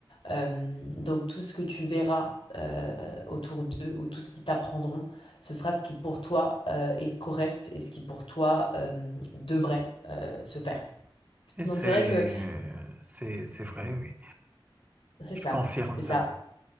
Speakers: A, on the left; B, on the right.
A: Euh, donc tout ce que tu verras euh, autour d'eux ou tout ce qu'ils t'apprendront, ce sera ce qui pour toi euh, est correct et ce qui pour toi euh, devrait euh, se faire.
B: et
A: Donc
B: c'est,
A: c'est vrai que
B: heu, c'est c'est vrai, oui.
A: c'est
B: Je
A: ça,
B: confirme
A: c'est
B: ça.
A: ça.